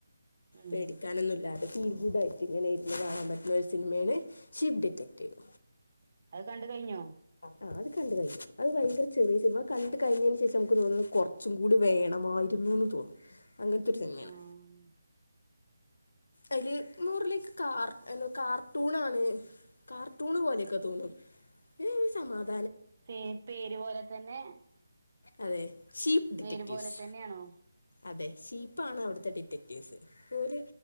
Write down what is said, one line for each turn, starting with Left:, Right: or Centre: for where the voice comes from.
Right: ഉം
Left: പേടിക്കാനൊന്നുല്ല അത് തീരിതായി ഇങ്ങനെ ഇരുന്ന് കാണാൻ പറ്റുന്ന ഒരു സിനിമയാണ് ഷിപ്പ് ഡിറ്റക്റ്റീവ്
Right: അത് കണ്ട് കഴിഞ്ഞോ
Left: ആ അത് കണ്ട് കഴിഞ്ഞു അത് ഭയങ്കര ചെറിയ സിനിമ കണ്ട കഴിഞ്ഞേന് ശേഷമുക്ക് തോന്നും കുറച്ചും കൂടി വേണമായിരുന്നുന്ന് തോന്നും അങ്ങനത്തെരു സിനിമേണ്
Right: ആഹ്
Left: അയില് നൂറിലേക്ക് കാർ എന്നോ കാർട്ടൂണാണ് കാർട്ടൂൺ പോലെയൊക്കെ തോന്നുംഏ ഒരു സമാധ
Right: പേ പേര് പോലെ തന്നെ
Left: അതെ ഷീപ്പ് ഡിറ്റക്റ്റീവ്സ്
Right: പേര് പോലെ തന്നെയാണോ
Left: അതെ ഷീപ്പാണ് അവിടുത്തെ ഡിറ്റക്റ്റീവ്സ് ഓലെ